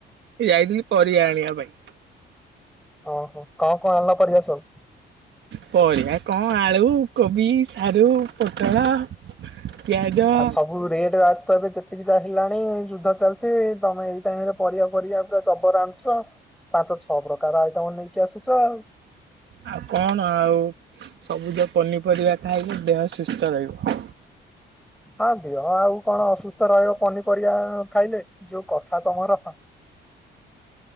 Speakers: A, on the right; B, in the centre.
A: ଏ ଯାଇଥିଲି ପରିବା ଆଣିବା ପାଇଁ।
B: ଅ ହଁ। କଣ କଣ ଆଣିଲ ପରିବା ସବୁ?
A: ପରିବା କଣ ଆଳୁ, କୋବି, ସାରୁ, ପୋଟଳ ପିଆଜ।
B: ଆଉ ସବୁ ରେଟ୍ ରାଟ୍ ତ ଏବେ ଯେତିକି ଯାହା ହେଲାଣି, ଯୁଦ୍ଧ ଚାଲିଚି ତମେ ଏଇ ଟାଇମ ରେ ପରିବା ପରିବା ପୁରା ଜବର ଆଣି ଚ ପାଞ୍ଚ ଛଅ ପ୍ରକାର ଆଇଟମ୍ ନେଇକି ଆସୁଚ ଆଉ।
A: ଆଉ କଣ୍ ଆଉ ସବୁଜ ପନିପରିବା ଖାଇଲେ ଦେହ ସୁସ୍ଥ ରହିବ।
B: ହଁ ଦିହ ଆଉ କଣ୍ ଅସୁସ୍ଥ ରହିବ ପନିପରିବା ଖାଇଲେ ଯୋଉ କଥା ତମ ର।